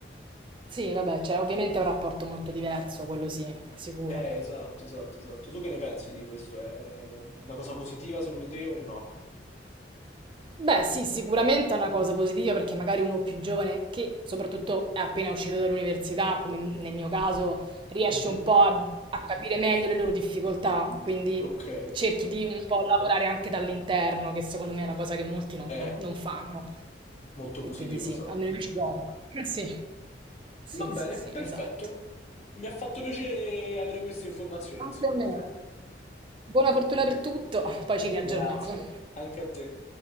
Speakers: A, on the right (about 30°); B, on the left (about 35°).
A: sì, vabbè, cioè, ovviamente è un rapporto molto diverso, quello sì, sicuro.
B: Eh, esatto, esatto, esatto. Tu che ne pensi di questo? È una cosa positiva secondo te o no?
A: Beh, sì, sicuramente è una cosa positiva perché magari uno più giovane, che soprattutto è appena uscito dall'università, come nel mio caso, riesce
B: Mhm.
A: un po' a, a capire meglio le loro difficoltà, quindi
B: Ok.
A: cerchi di un po' lavorare anche dall'interno, che secondo me è una cosa che molti non,
B: È
A: non- non fanno.
B: molto
A: E
B: positivo,
A: quindi sì,
B: esatto,
A: almeno io ci provo.
B: esatto.
A: <laughs> Sì,
B: Va
A: sì, sì,
B: bene,
A: sì,
B: perfetto.
A: esatto.
B: Mi ha fatto piacere avere queste informazioni,
A: Anche
B: insomma.
A: a me.
B: <laughs>
A: Buona fortuna per tutto, poi ci riaggiorniamo.
B: Grazie, anche a te.